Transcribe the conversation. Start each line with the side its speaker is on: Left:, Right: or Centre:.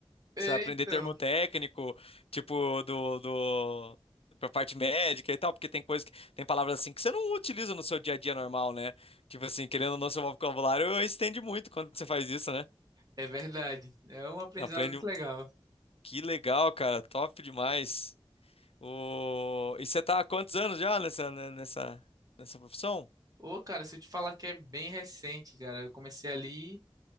Right: É,
Left: Precisa aprender
Right: então,
Left: termo técnico, tipo, do, do, pra parte médica e tal, porque tem coisa que, tem palavras assim que você não utiliza no seu dia a dia normal, né? Tipo assim, querendo ou não, seu vocabulário estende muito quando você faz isso, né?
Right: é verdade. É um aprendizado
Left: Aprende.
Right: muito legal.
Left: Que legal, cara, top demais. O... E você tá há quantos anos já nessa, né, nessa, nessa profissão?
Right: Ô, cara, se eu te falar que é bem recente, cara, eu comecei ali